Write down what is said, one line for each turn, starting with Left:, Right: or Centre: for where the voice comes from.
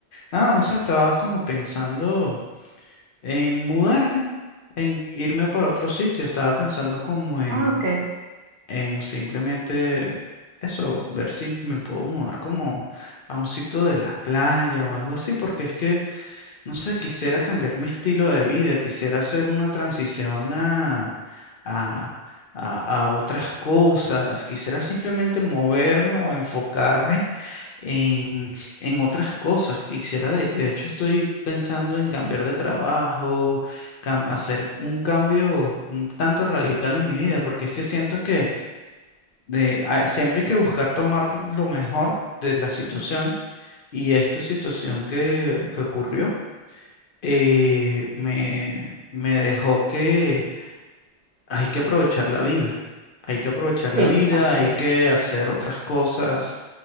Left: Nada, no sé, estaba como pensando. En mudarme, en irme para otro sitio, estaba pensando como en,
Right: Ah, ok.
Left: en simplemente eso, ver si me puedo mudar como a un sitio de la playa o algo así, porque es que, no sé, quisiera cambiar mi estilo de vida, quisiera hacer una transición a, a, a, a otras cosas, quisiera simplemente moverme o enfocarme en, en otras cosas que quisiera. De, de hecho, estoy pensando en cambiar de trabajo, cam- hacer un cambio un tanto radical en mi vida, porque es que siento que de, a- siempre hay que buscar tomar lo mejor de las situaciones y esta situación que, que ocurrió eh, me, me dejó que hay que aprovechar la vida, hay que aprovechar
Right: Sí,
Left: la vida,
Right: así
Left: hay
Right: es.
Left: que hacer otras cosas